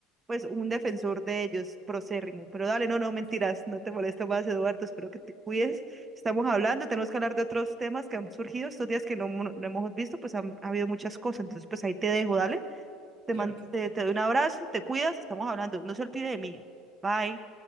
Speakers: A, on the right; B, on the right.
A: pues un defensor de ellos, procérrimo. Pero dale, no, no, mentiras, no te molesto más, Eduardo, espero que te cuides. Estamos hablando, tenemos que hablar de otros temas que han surgido estos días que no, mo- no hemos visto, pues han, ha habido muchas cosas. Entonces, pues ahí te dejo, dale. Te,
B: Claro
A: man-
B: que
A: te,
B: sí.
A: te doy un abrazo, te cuidas, estamos hablando. No se olvide de mí. Bye.